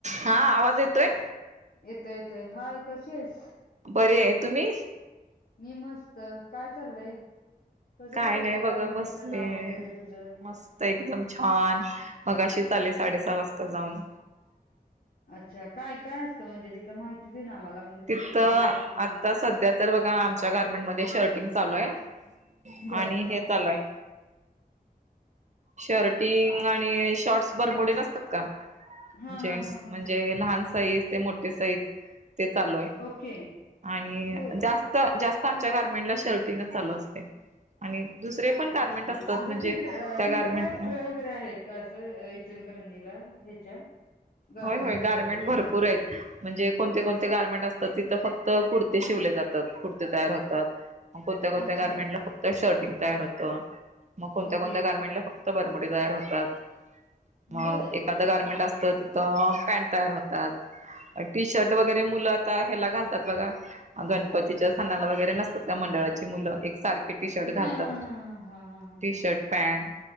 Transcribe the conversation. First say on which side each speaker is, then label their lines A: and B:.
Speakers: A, on the right; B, on the left.
A: हा आवाज येतोय
B: येत येतय हाय कशी आहेस
A: बर आहे तुम्ही
B: मी मस्त काय चाललय कसं
A: काय
B: चाललय
A: नाही बघा
B: गारमेंटच
A: बसले.
B: काम वगैरे तुझं
A: मस्त एकदम छान मगशी चाले साडेसहा वाजता जाऊन
B: अच्छा काय काय असतं म्हणजे तिथं माहिती दे ना आमला म्हणजे तिकडचं
A: तिथं
B: एवढं म्हणजे
A: आता सध्या तर बघा आमच्या गार्मेंट मध्ये शर्टिंग चालू आहे
B: बर
A: आणि हे चालू आहे शर्टिंग आणि शॉर्ट्स भरमडी नसतात का
B: हा
A: जेंट्स
B: हा हा हा
A: म्हणजे
B: हा हा
A: लहान साज ते मोठे साईज ते चालू आहे
B: ओके
A: आणि
B: होय
A: जास्त जास्त आमच्या गार्मेंटला शर्टिनच चालू असते आणि दुसरे पण गारमेंट
B: अच्छा
A: असतात म्हणजे
B: तिथ
A: त्या
B: तिथं
A: गारमेंट
B: फॅक्टर वगैरे आहेत का असं इचलकरंजीला ह्याच्या गारमेंटच्या
A: होय होय गारमेंट
B: वगैरे
A: भरपूर आहेत म्हणजे कोणते कोणते गार्मेंट असतात तिथं फक्त कुडते शिवले जातात कुडते तयार होतात मग कोणत्या कोणत्या
B: अच्छा
A: गार्मेंटला फक्त शर्टिंग तयार होतं मग कोणत्या
B: ओके
A: कोण्या गारमेंटला फक्त बरमडी तयार होतात मग
B: बर
A: एखादं गार्मेंट असतं तिथं पॅन्ट तयार होतात टी शर्ट वगैरे मुलं आता ह्याला घालतात बघा गणपतीच्या स्थाला वगैरे नसतात का मंडळाची मुलं एक सारखे टी शर्ट घालतात
B: हा हा हा हा हा हा
A: टी
B: हा
A: शर्ट
B: हा.
A: पॅन्ट